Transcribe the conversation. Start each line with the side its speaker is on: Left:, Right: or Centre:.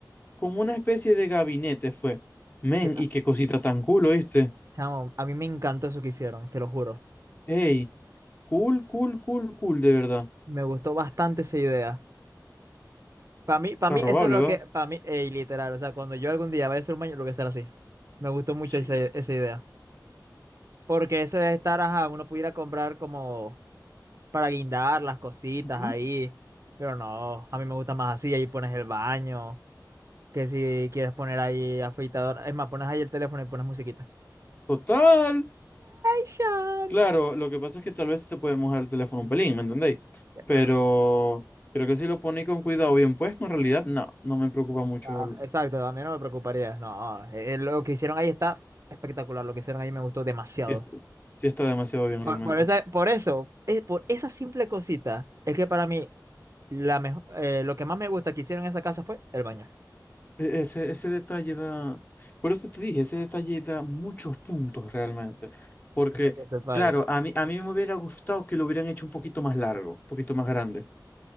Left: como una especie de gabinete fue. Men,
Right: Sí, a-
Left: y qué cosita tan cool, ¿oíste?
Right: chamo, a mí me encantó eso que hicieron, te lo juro.
Left: Ey, cool, cool, cool, cool, de verdad.
Right: Me gustó bastante esa idea. Para mí, para
Left: Está
Right: mí
Left: robable,
Right: eso es lo
Left: ¿va?
Right: que, para mí, ey, literal, o sea, cuando yo algún día vaya a ser humano, lo voy a hacer así. Me gustó mucho
Left: Sí.
Right: esa, esa idea. Porque eso de estar, ajá, uno pudiera comprar como para guindar las cositas
Left: Ujú.
Right: ahí, pero no, a mí me gusta más así, ahí pones el baño, que si quieres poner ahí afeitador, es más, pones ahí el teléfono y pones musiquita.
Left: Total.
Right: Sean.
Left: Claro, lo que pasa es que tal vez te puede mojar el teléfono un pelín, ¿me entendéis?
Right: Eh,
Left: Pero
Right: Pero,
Left: creo que si lo ponéis con cuidado bien puesto, en realidad no, no me preocupa mucho.
Right: ah,
Left: el-
Right: exacto, a mí no me preocuparía. No, eh, eh, lo que hicieron ahí está espectacular. Lo que hicieron ahí me gustó demasiado.
Left: Si, es- si está demasiado bien
Right: Por,
Left: realmente.
Right: por esa- por eso, eh, por esa simple cosita, es que para mí la mejo- eh, lo que más me gusta que hicieron en esa casa fue el baño.
Left: E- Ese, ese detalle da, por eso te dije, ese detalle da muchos puntos realmente, porque
Right: Para que sepáis.
Left: claro, a mí, a mí me hubiera gustado que lo hubieran hecho un poquito más largo, un poquito más grande.